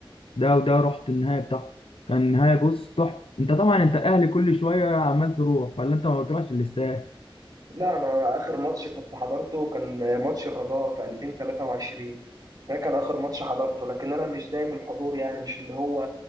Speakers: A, on the left (about 75°); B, on the right (about 45°).
A: ده وده رحت النهائي بتاعه كان نهائي بص تحفة انت طبعا انت اهلي كل شوية عمال تروح ولا انت ما بتروحش الاستاد
B: لا انا اخر ماتش كنت حضرته كان ماتش الرجاء في 2023 ده كان اخر ماتش حضرته لكن انا مش دايم الحضور يعني مش اللي هو